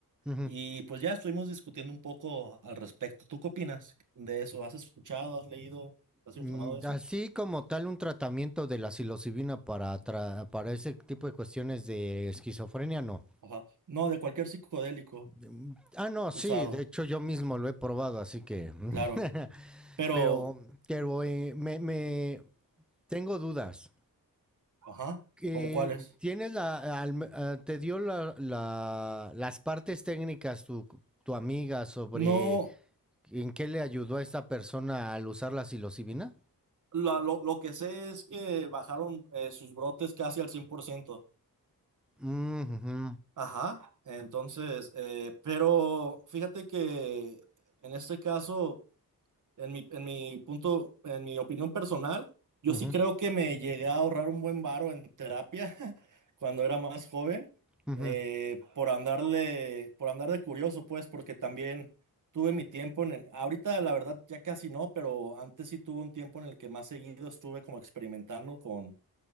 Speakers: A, in the centre; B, on the right.
A: Ujú.
B: Y pues ya estuvimos discutiendo un poco al respecto. ¿Tú qué opinas de eso? ¿Has escuchado, has leído, has
A: Mm,
B: informado de eso?
A: Así como tal un tratamiento de la psilocibina para, tra- para ese tipo de cuestiones de esquizofrenia, no.
B: Ajá. No, de cualquier psicodélico
A: Mm, Ah, no, sí,
B: usado,
A: de hecho yo mismo lo he probado, así que...
B: claro.
A: <laughs>
B: Pero,
A: pero pero eh, me, me- tengo dudas.
B: ajá,
A: Eh,
B: ¿cómo cuáles?
A: ¿Tienes la... al- ah, te dio la- la- las partes técnicas tu, tu amiga sobre
B: No,
A: ¿En qué le ayudó a esta persona al usar la psilocibina?
B: la- lo, lo que sé es que bajaron eh, sus brotes casi al 100%.
A: Mm, ujú,
B: Ajá. Entonces, eh, pero fíjate que en este caso... En mi, en mi punto, en mi opinión personal, yo
A: ujú,
B: sí creo que me llegué a ahorrar un buen varo en terapia <laughs> cuando era más joven,
A: ujú,
B: eh, por andarle, por andar de curioso, pues, porque también tuve mi tiempo en el, ahorita la verdad ya casi no, pero antes sí tuve un tiempo en el que más seguido estuve como experimentando con,